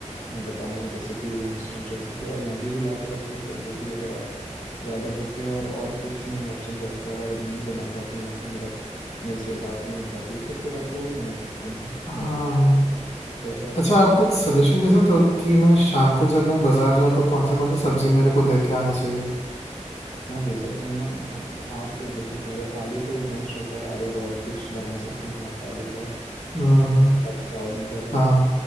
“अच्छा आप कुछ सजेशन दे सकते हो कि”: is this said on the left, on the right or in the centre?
Left